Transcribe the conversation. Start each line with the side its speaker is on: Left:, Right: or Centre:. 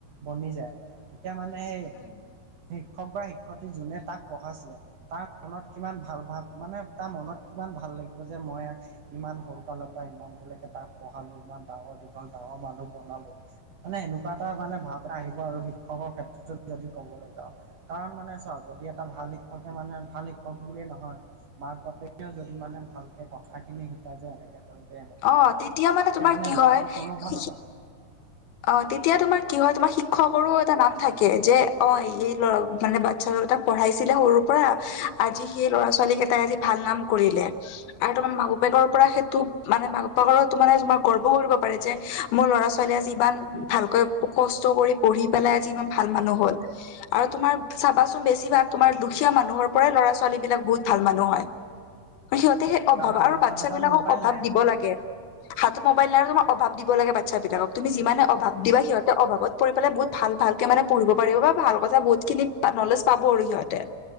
Right: বনি যায় তেতিয়া মানে সেই শিক্ষক
Left: উম,
Right: বা শিক্ষয়িত্ৰী যোনে তাক পঢ়াইছিলে তাৰ মনত কিমান ভাল ভ মানে তাৰ মনত কিমান ভাল লাগিব যে মই ইমান সৰুকালৰ পৰা ইমানটোলৈকে তাক পঢ়ালো ইমান ডাঙৰ দীঘল ডাঙৰ মানুহ বনালো মানে এনেকুৱা এটা মানে ভাৱ আহিব আৰু শিক্ষকৰ ক্ষেত্ৰতো যদি কবলৈ যাওঁ কাৰণ মানে যদি এটা ভাল শিক্ষকে মানে ভাল শিক্ষক বুলিয়ে নহয় মাক বাপেকও যদি মানে ভালকে কথাখিনি শিকাই যে এনেকে এনে
Left: অ
Right: কৰিবি তেতিয়া
Left: তোমাৰ
Right: মানে
Left: কি
Right: লৰাটো
Left: হয় শিক্ষি-
Right: কোনো ফাল পা
Left: অ তেতিয়া তোমাৰ কি হয় তোমাৰ শিক্ষক সৰু এটা নাম থাকে যে অ এই লৰা মানে বাচ্ছা দুটাক পঢ়াইছিলে সৰুৰ পৰা আজি সেই ল'ৰা ছোৱালী কেইটাই আজি ভাল নাম কৰিলে আৰু তোমাৰ মাক বাপেকৰ পৰা সেইটো মানে মাক বাপেকৰো মানে তোমাৰ গৰ্ব কৰিব পাৰে যে মোৰ ল'ৰা ছোৱালী আজি ইমান ভালকৈ কষ্ট কৰি পঢ়ি পেলাই আজি ইমান ভাল মানুহ হল। আৰু তোমাৰ চাবাচোন বেছিভাগ তোমাৰ দুখীয়া মানুহৰ পৰাই ল'ৰা ছোৱালী বিলাক বহুত ভাল মানুহ হয়।
Right: <inaudible>
Left: সিহঁতে সেই অভাৱ
Right: কাৰণ সিহঁতৰ
Left: আৰু বাচ্ছাবলাকক
Right: হাতত মোবাইল
Left: অভাৱ
Right: নাই
Left: দিব লাগে। <unintelligible> অভাৱ দিব লাগে বাচ্ছাৰ বিলাকক তুমি যিমানে অভাৱ দিবা সিহঁতে অভাৱত পঢ়ি পেলাই বহুত ভাল ভালকে মানে পঢ়িব পাৰিব বা ভাল কথা বহুত খিনি নলেজ পাব আৰু সিহঁতে